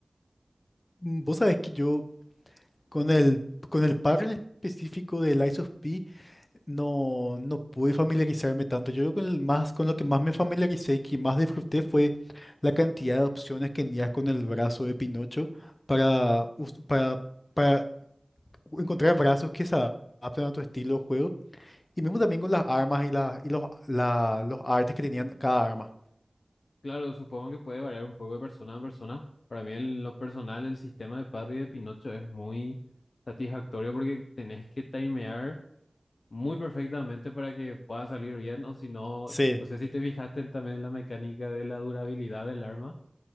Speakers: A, on the left (about 40°); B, on the left (about 80°).
A: Mm, Vos sabés que yo con el, con el par en específico de Lies of P no, no pude familiarizarme tanto. Yo creo que con el más, con lo que más me familiaricé y que más disfruté fue la cantidad de opciones que tenías con el brazo de Pinocho para, us- para, para encontrar brazos que se adaptan a tu estilo de juego. Y mismo también con las armas y, la, y los, la- los artes que tenían cada arma.
B: Claro, supongo que puede variar un poco de persona a persona. Para mí, en lo personal, el sistema de parry de Pinocho es muy satisfactorio porque tenés que timear muy perfectamente para que pueda salir bien. O si no,
A: Sí,
B: no sé si te fijaste en- también en la mecánica de la durabilidad del arma